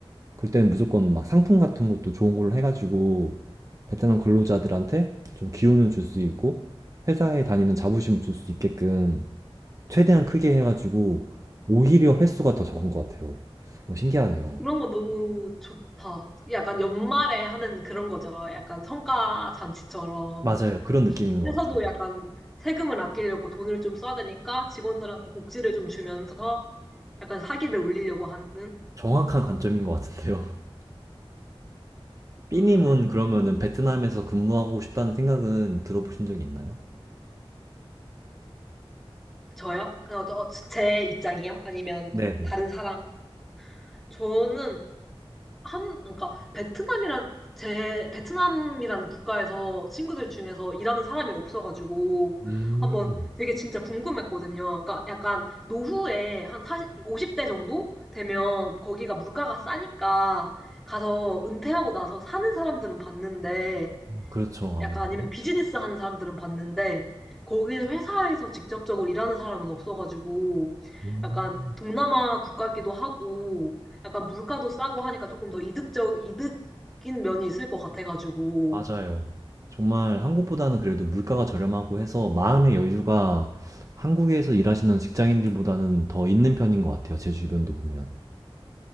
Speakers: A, on the right (about 35°); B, in the centre.
A: 그럴 때는 무조건 막 상품 같은 것도 좋은 걸로 해가지고 베트남 근로자들한테 좀 기운을 줄 수 있고 회사에 다니는 자부심을 줄 수 있게끔 최대한 크게 해가지고 오히려 횟수가 더 적은 것 같아요. 어, 신기하네요.
B: 이런 거 너무 좋다. 약간 연말에 하는 그런 거죠. 약간 성과 잔치처럼.
A: 맞아요. 그런 느낌인 것
B: 회사도
A: 같아요.
B: 약간 세금을 아끼려고 돈을 좀 써야 되니까 직원들한테 복지를 좀 주면서 약간 사기를 올리려고 하는
A: 정확한 관점인 것 같은데요. <laughs> 삐님은
B: 아,
A: 그러면은 베트남에서 근무하고 싶다는 생각은 들어보신 적이 있나요?
B: 저요? 어, 저- 어, 제 입장이요? 아니면
A: 네네.
B: 다른 사람? 저는 한, 그러니까 베트남이란 제 베트남이라는 국가에서 친구들 중에서 일하는 사람이 없어가지고
A: 음,
B: 한번 되게 진짜 궁금했거든요. 그러니까 약간 노후에 한 사십 50대 정도 되면 거기가 물가가 싸니까 가서 은퇴하고 나서 사는 사람들은 봤는데
A: 그렇죠. 아무래도.
B: 약간 아니면 비즈니스 하는 사람들은 봤는데 거기 회사에서 직접적으로 일하는 사람은 없어가지고
A: 음.
B: 약간 동남아 국가기도 하고 약간 물가도 싸고 하니까 조금 더 이득적 이득인 면이 있을 것 같아가지고
A: 맞아요. 정말 한국보다는 그래도 물가가 저렴하고 해서 마음의 여유가 한국에서 일하시는 직장인들보다는 더 있는 편인 것 같아요. 제 주변도 보면.